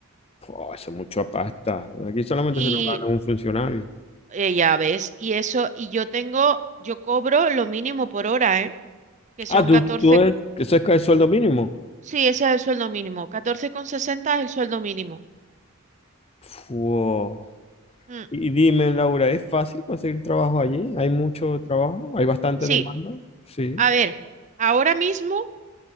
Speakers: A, on the left; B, on the right.
A: Pua, eso es mucha pasta. Aquí solamente
B: Y
A: se lo gana un funcionario.
B: eh, ya ves, y eso, y yo tengo, yo cobro lo mínimo por hora, ¿eh? que son
A: Ah, tú,
B: catorce
A: tú es, eso es que el sueldo mínimo.
B: Sí, ese es el sueldo mínimo. catorce con sesenta es el sueldo mínimo.
A: Fua.
B: Mm,
A: Y dime, Laura, ¿es fácil conseguir trabajo allí? ¿Hay mucho trabajo? ¿Hay bastante
B: sí,
A: demanda? Sí.
B: a ver, ahora mismo